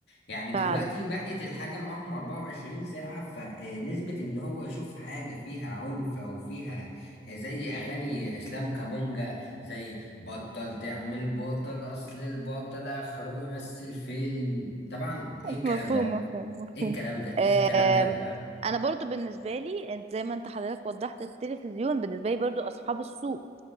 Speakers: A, on the left (about 65°); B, on the right (about 35°).
A: يعني دلوقتي
B: فعلا
A: بقت الحاجة معاهم 24 ساعة فنسبة ان هو يشوف حاجة فيها عنف او فيها آه، زي اغاني اسلام كابونجا زي بطل تعمل بطل اصل البطل اخره يمثل فيلم طبعا ايه الكلام
B: مفهوم
A: ده
B: مفهوم مفهوم
A: ايه الكلام ده
B: آم،
A: ايه الكلام ده يا جماعة
B: انا برضو بالنسبه لي انت زي ما انت حضرتك وضحت التلفزيون بالنسبه لي برضو اصحاب السوق